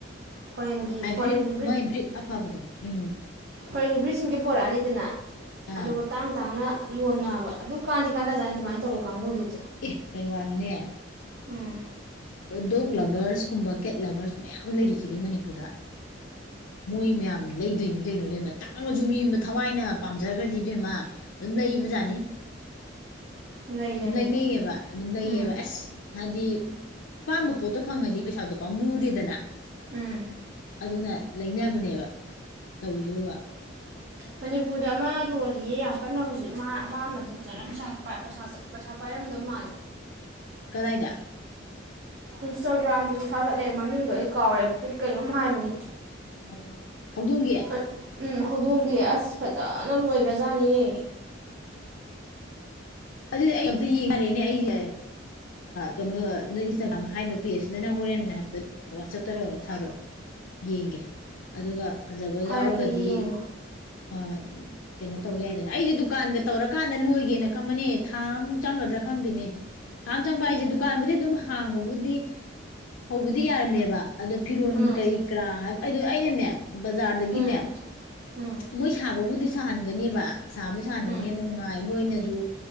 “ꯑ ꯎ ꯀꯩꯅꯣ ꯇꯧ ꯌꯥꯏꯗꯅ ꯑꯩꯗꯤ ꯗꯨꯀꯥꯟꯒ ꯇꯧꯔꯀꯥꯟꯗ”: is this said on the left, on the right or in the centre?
Left